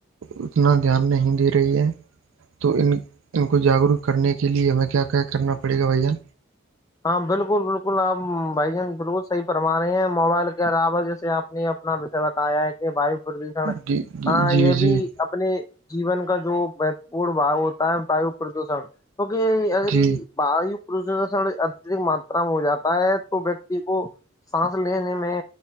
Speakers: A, on the right; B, on the left.
A: اتنا دھیان نہیں دے رہی ہے تو ان ان کو جاگروک کرنے کے لیے ہمیں کیا کیا کرنا پڑے گا بھائی جان
B: ہاں بالکل بالکل آپ بھائی جان بالکل پرمانے ہیں موبائل کے علاو جیسے آپ نے اپنا وشے بتایا ہے کہ وائیو
A: جی جی
B: یہ بھی
A: جی
B: اپنے جیون کا جو مہتوپورن بھاؤ ہوتا ہے وایو پردوشن کیکہ
A: جی
B: باہر ہیو پو س ا ماترا میں ہو جاتا ہے تو ویکتی کو سانس لینے میں